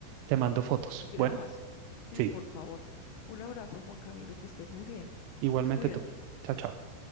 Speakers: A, on the right; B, on the left.
A: te mando fotos.
B: y grabas.
A: Bueno,
B: Sí,
A: sí,
B: por favor. Un abrazo, Juan Camilo, que estés muy bien.
A: igualmente
B: Cuídate.
A: tú. Chao, chao.